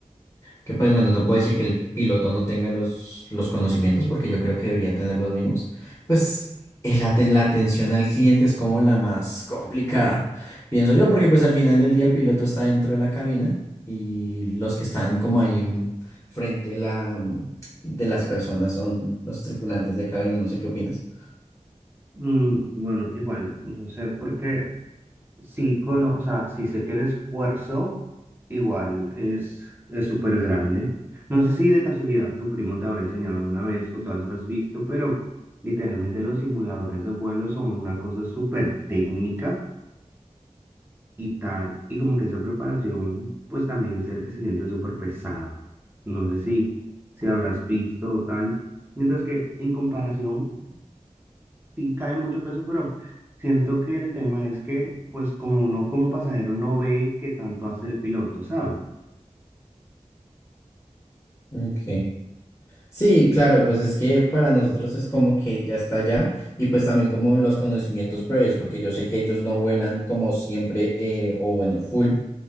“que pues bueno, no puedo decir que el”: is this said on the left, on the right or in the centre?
Left